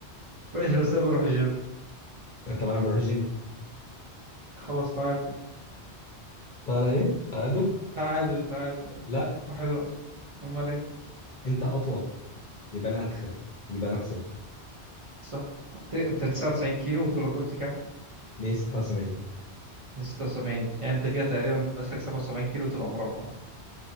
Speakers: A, on the right (about 35°); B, on the left (about 55°).
A: ماشي بس انا بروح الجيم
B: طب انا بروح جيم
A: خلاص تعادل
B: طالع ايه تعادل
A: تعادل تعادل اه
B: لا
A: واحد واحد امال ايه
B: انت اطول يبقى انا اتخن يبقى انا اخسر
A: صح ت- انت 99 كيلو وطولك قلت كام؟
B: 176
A: من 76 يعني انت كده تقريبا ناقص لك 77 كيلو تبقى مربع